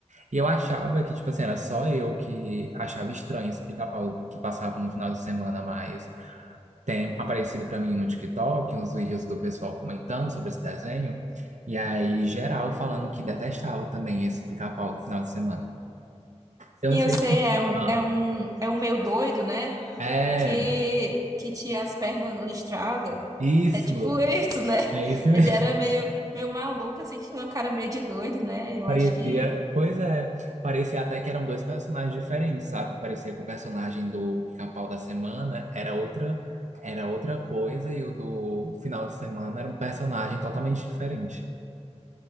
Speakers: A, on the right (about 80°); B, on the right (about 30°).
A: E eu achava que, tipo assim, era só eu que achava estranho esse pica-pau que passava no final de semana, mas tem aparecido pra mim no TikTok uns vídeos do pessoal comentando sobre esse desenho. E aí, geral, falando que detestava também esse pica-pau do final de semana.
B: Sim,
A: Eu não sei.
B: eu sei, é um,
A: Ah,
B: é um, é um meio doido, né?
A: É,
B: Que, que tinha as pernas listradas.
A: isso.
B: É tipo isso, né?
A: É isso mesmo.
B: Ele era meio, meio maluco, assim, tinha uma cara meio de doido, né? Eu
A: Parecia,
B: acho que
A: pois é, parecia até que eram dois personagens diferentes, sabe? Parecia que o personagem do Pica-Pau da semana era outra, era outra coisa e o do final de semana era um personagem totalmente diferente.